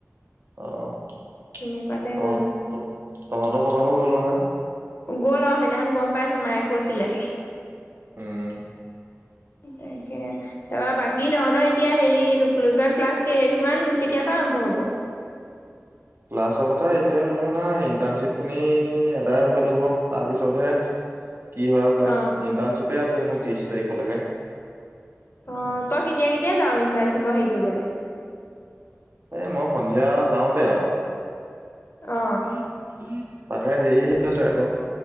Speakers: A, on the right; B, on the left.
A: অ',
B: তেনেকুৱাতে হ'ল
A: তহঁতৰ খবৰ আৰু গল নহয়।
B: গ'ল অ', সেইদিনাখন গম পাইচো মায়ে কৈছিলে।
A: উম।
B: তাকে তাৰ বাকী তহঁতৰ এতিয়া হেৰি টো ক্লাছ কিমান কেতিয়া পা আৰম্ভ হব?
A: ক্লাছৰ কথা এতিয়া উলোৱা নাই ইন্টাৰ্ণশ্বিপ খিনি এদায় হৈ ল'ব তাৰপিছতহে। কি হয় আৰু ক্লাছ
B: অ
A: ইণ্টাৰ্শ্বিপে আছে। <unintelligible> ত্ৰিছ তাৰিখ লয়কে।
B: অ', তই কেতিয়া কেতিয়া যাৱ ইন্টাৰচিপৰ হেৰি কৰিবলে?
A: এ মই সন্ধিয়া যাওঁতে আৰু।
B: অ
A: <inaudible> তাকে হেৰিহে আছে আকৌ